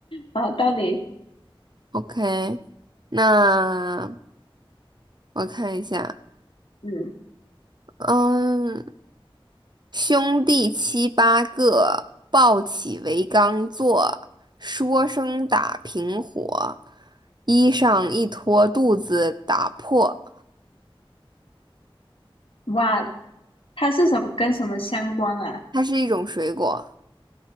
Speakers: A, on the left (about 70°); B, on the right (about 50°).
A: 然后到底
B: OK，那我看一下，
A: 嗯，
B: 嗯，兄弟七八个，抱起为缸坐，说声打平伙，衣裳一脱肚子打破。
A: 哇，它是什么跟什么相关啊？
B: 它是一种水果，